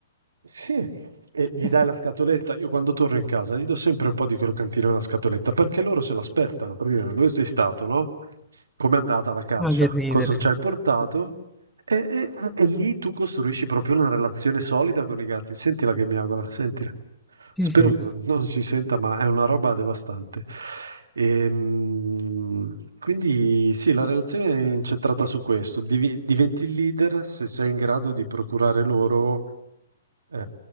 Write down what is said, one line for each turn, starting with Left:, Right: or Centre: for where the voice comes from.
Right: sì, e
Centre: <laughs>
Right: gli dai la scatoletta, io quando torno in casa gli do sempre un po' di croccantino nella scatoletta perché loro se l'aspettano. Perché dicono, dove sei stato, no? Com'è andata la caccia?
Centre: Ma che ridere.
Right: Cosa ci hai portato? E, e- e lì tu costruisci proprio una relazione solida con i gatti. Sentila che miagola, sentila.
Centre: Sì,
Right: Spero
Centre: sì.
Right: che non si senta, ma è una roba devastante. Ehm, quindi sì, la relazione è incentrata su questo. Divi- diventi il leader se sei in grado di procurare loro eh,